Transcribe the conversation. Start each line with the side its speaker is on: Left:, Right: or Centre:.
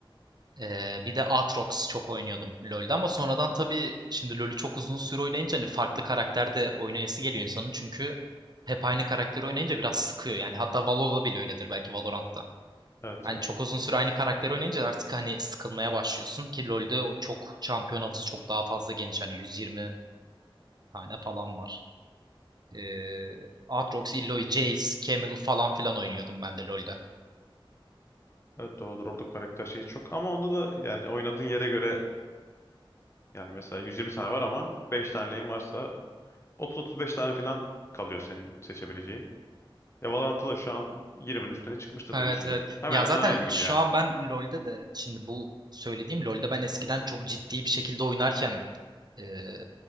Right: Ee, bir de Aatrox çok oynuyordum LoL'de ama sonradan tabii şimdi LoL'ü çok uzun süre oynayınca hani farklı karakter de oynayası geliyor insanın çünkü hep aynı karakteri oynayınca biraz sıkıyor yani hatta Valo'da bile öyledir belki Valorant'ta.
Left: Evet,
Right: Hani
Left: e,
Right: çok uzun süre aynı karakteri oynayınca artık hani sıkılmaya başlıyorsun ki LoL'de o çok şampiyon havuzu çok daha fazla geniş hani 120 tane falan var. Ee, Aatrox, Illaoi, Jayce, Camel falan filan oynuyordum ben de LoL'de.
Left: evet doğrudur. Orada karakter şeyi çok. Ama onda da yani oynadığın yere göre yani mesela 120 tane var ama 5 tane lane varsa 30-35 tane falan kalıyor senin seçebileceğin. Ya Valorant'ta da şu an 20'nin üstüne çıkmıştır
Right: Evet
Left: diye düşünüyorum.
Right: evet.
Left: Hemen
Right: Ya
Left: hemen
Right: zaten
Left: aynı gibi
Right: şu
Left: yani.
Right: an ben LoL'de de şimdi bu söylediğim LoL'de ben eskiden çok ciddi bir şekilde oynarken e,